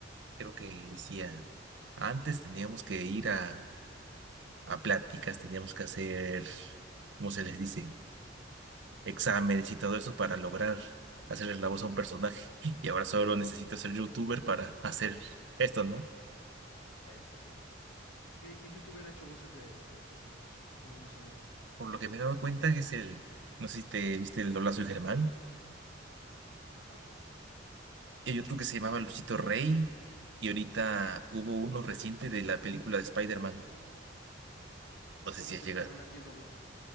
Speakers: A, on the right; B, on the left.
A: creo que decía, antes teníamos que ir a, a pláticas, teníamos que hacer, ¿cómo se les dice? Exámenes y todo eso para lograr hacerle la voz a un personaje. Y ahora solo necesito ser youtuber para <laughs> hacer esto, ¿no?
B: Eso es cierto. ¿Qué, qué youtuber ha hecho voces de, de personajes? No, no sabía.
A: Por lo que me he dado cuenta es el, no sé si te viste el doblazo de Germán.
B: Ajá.
A: Y hay otro que se llamaba Luchito Rey. Y ahorita hubo uno reciente de la película de Spider-Man. No
B: Hola,
A: sé si
B: soy
A: es llegado.
B: Germán, ¿a quién dobló?